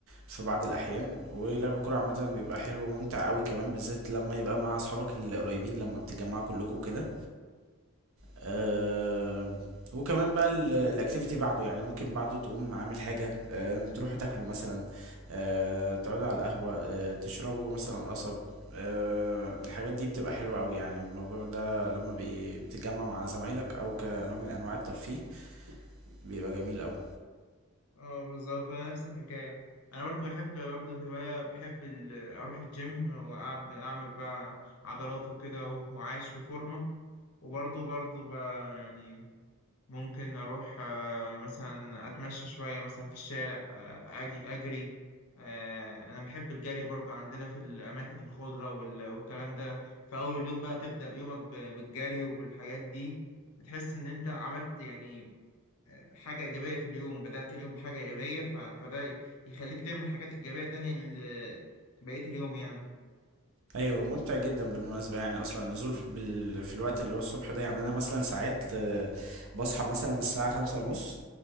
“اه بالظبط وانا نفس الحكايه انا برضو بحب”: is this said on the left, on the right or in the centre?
Left